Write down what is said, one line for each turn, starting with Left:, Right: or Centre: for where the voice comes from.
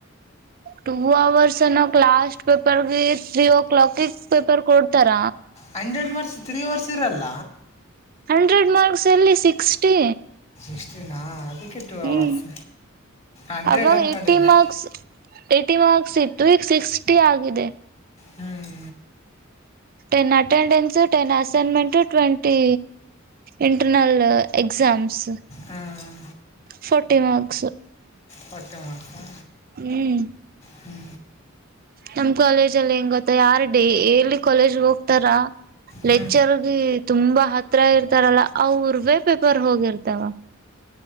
Right: ಟೂ ಅವರ್ಸ್ ಅನ್ನೋಕ್ ಲಾಸ್ಟ್ ಪೇಪರ್ಗೆ ತ್ರೀ ಓ ಕ್ಲಾಕಗೆ ಪೇಪರ್ ಕೊಡ್ತಾರ
Left: ಹಂಡ್ರೆಡ್ ಮಾರ್ಸ್ ತ್ರೀ ಅವರ್ಸ್ ಇರಲ್ಲ
Right: ಹಂಡ್ರೆಡ್ ಮಾರ್ಕ್ಸ್ ಅಲ್ಲಿ ಸಿಕ್ಸ್ಟಿ
Left: ಇಷ್ಟಿನ ಅದಕ್ಕೆ <unintelligible>
Right: ಹ್ಮ್
Left: ಅವರ್ಸ್ ಹಂಡ್ರೆಡ್
Right: ಅವಾಗ
Left: ಅಂದ್ಕೊಂಡಿದ್ದೆ
Right: ಹೈಟಿ ಮಾರ್ಸ್ ಹೈಟಿ ಮಾರ್ಕ್ಸ್ ಇತ್ತು ಸಿಕ್ಸ್ಟಿ ಆಗಿದೆ
Left: ಹ್ಮ್
Right: ten attendance ten assignment twenty internal exams
Left: ಹಾಂ
Right: ಫೋರ್ಟಿ ಮಾರ್ಕ್ಸ್
Left: ಪಾರ್ಟಿ ಮಾರ್ಕ್ಸ್
Right: ಹ್ಮ್
Left: ಹ್ಞೂ
Right: ನಮ್ ಕಾಲೇಜ ಅಲ್ಲಿ ಹೆಂಗ ಗೊತ್ತ ಯಾರ ಡೇ ಎಲ್ಲಿ ಕಾಲೇಜ್ ಹೋಗ್ತಾರ
Left: ಹ್ಞೂ
Right: ಲೆಕ್ಚರ್ಗೆ ತುಂಬಾ ಹತ್ರ ಇರ್ತಾರಲ್ಲ ಅವರ್ವೇ ಪೇಪರ್ ಹೋಗಿರ್ತಾವ